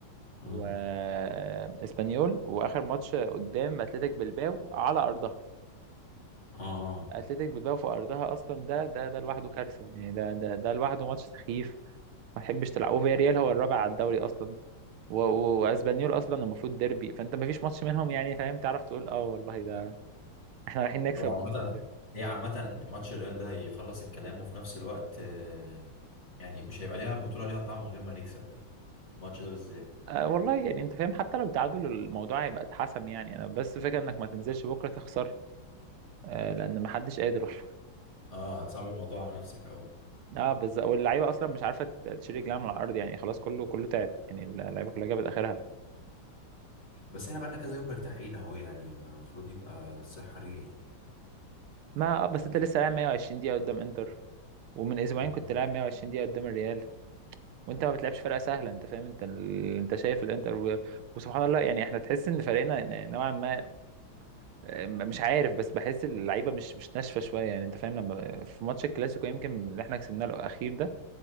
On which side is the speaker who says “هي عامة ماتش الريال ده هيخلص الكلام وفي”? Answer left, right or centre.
Left